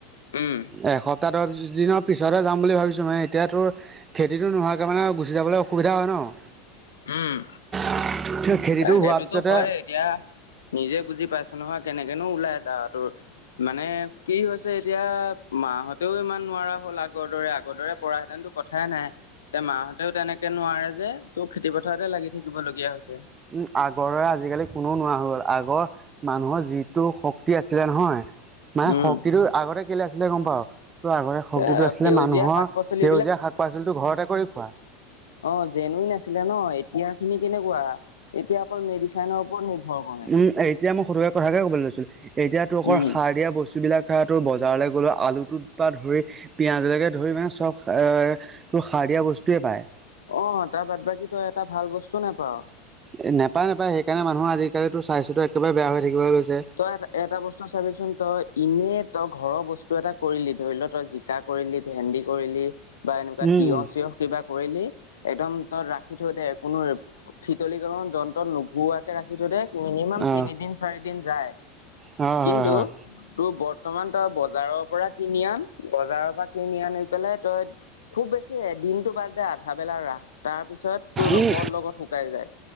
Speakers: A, on the left; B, on the right.
A: উম
B: এসপ্তাহৰ দহদিনৰ পিছতহে যাম বুলি ভাবিছোঁ মানে এতিয়া তোৰ খেতিটো নোহোৱাকে মানে গুচি যাবলৈ অসুবিধা হয় ন'।
A: উম।
B: <unintelligible>
A: এ সেইটোতো
B: হোৱাৰ পিছতে
A: হয় এতিয়া, নিজে বুজি পাইছোঁ নহয় কেনেকেনো ওলাই যাওঁ তোৰ। মানে কি হৈছে এতিয়া মাহঁতেও ইমান নোৱাৰা হ'ল আগৰ দৰে। আগৰ আগৰদৰে পৰাহেঁতেনতো কথাই নাই, এতিয়া মাহঁতেও তেনেকে নোৱাৰে যে। ত' খেতি পথাৰতে লাগি থাকিব লগীয়া হৈছে।
B: উম, আগৰ দৰে আজিকালি কোনো নোৱাৰা হৈ গ'ল। আগৰ মানুহৰ যিটো শক্তি আছিলে নহয়, মানে
A: উম
B: শক্তিটো আগতে কেলে আছিলে গম পাওঁয়? ত' আগতে শক্তিটো
A: এ
B: আছিলে
A: সেউজীয়া
B: মানুহৰ
A: শাক পাচলি
B: সেউজীয়া শাক-পাচলিটো ঘৰতে কৰি খোৱা।
A: অহ, জেনওইন আছিলে ন' এতিয়াখিনি কেনেকুৱা, এতিয়া অকল মেডিচেইনৰ ওপৰত নিৰ্ভৰ। কৰে
B: উম, এতিয়া মই সৰুে কথাকে ক'বলৈ লৈছিলোঁ, এতিয়া তোক অকল
A: উম
B: সাৰ দিয়া বস্তুবিলাক এতিয়া বজাৰলৈ গ'লো আলুটোৰ পৰা ধৰি পিয়াজলৈকে ধৰি মানে চব এ তোৰ সাৰ দিয়া বস্তুৱেই পাই।
A: অহ, তাৰ বাদ বাকী তই এটা ভাল বস্তু নাপাওঁ।
B: এ নাপায়-নাপায় সেইকাৰণে মানুহৰ আজিকালি তোৰ স্বাস্থ্যটো একেবাৰে বেয়া হৈ থাকিবলৈ লৈছে।
A: তই এটা-এটা বস্তু চাবিচোন, তই ইনেয়ে তই ঘৰৰ বস্তু এটা কৰিলি ধৰিল তই জিকা কৰিলি, ভেন্দি কৰিলি বা এনেকুৱা
B: উম
A: তিয়হ-চিয়হ কিবা কৰিলি, একদম তই ৰাখি থৈ দে কোনো শীতলীকৰণ যন্ত্ৰত নোঘোৱাকে ৰাখি থৈ দে। মিনিমাম
B: অ
A: তিনিদিন চাৰিদিন যায়
B: হয় হয়
A: কিন্তু
B: হয়
A: তোৰ বৰ্তমান তই বজাৰৰ পৰা কিনি আন, বজাৰৰ পৰা কিনি আনি পেলাই তই খুব বেছি এদিনতটো বাদ দে আধা বেলা ৰাস, তাৰ পিছত তোৰ
B: উম
A: লগৰ লগত শুকাই যায়।